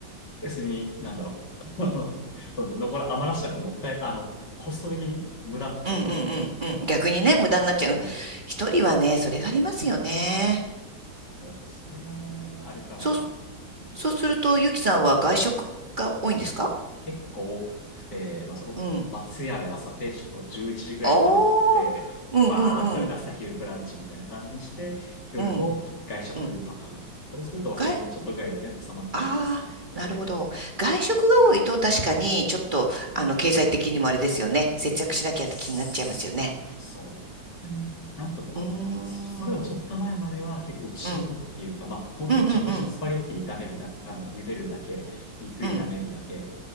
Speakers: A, on the left (about 60°); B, on the right (about 25°).
A: 要するに、なんだろう。<laughs> あの残ら、余らしたからもったい、あの、コスト的に無駄っていう。
B: うんうんうんうんうん逆にね、
A: そう。あ、
B: 無駄になっちゃう。
A: そう、そう、
B: うん一人はね、それがありますよね。
A: そう。それがね、あるから、
B: そう、そうすると、ゆきさんは外食が多いんですか
A: 結構多くて、まあ、そこ、
B: うん。
A: 松屋で朝定食を11時ぐらいに食べてきて、
B: ああ、うんうんうん。
A: バーって食べて朝昼ブランチみたいな感じにして、夜も外食とか、
B: うんうん。
A: そうすると1000円ちょっとぐらいでね、
B: 外
A: 収まったりとかするんで、
B: ああ、なるほど。外食が多いと確かにちょっと、
A: うん
B: あの、経済的にもあれですよね。節約しなきゃって気になっちゃいますよね。
A: すそう。ね、なんとかまあ、
B: うーん。
A: それをちょっと前までは結構内食っていうか、
B: うん。うん
A: まあ、本当にちょっとしたスパゲッティ炒めるだけ、
B: うんうん。
A: あの、茹でるだけ、肉炒めるだけ、
B: うん。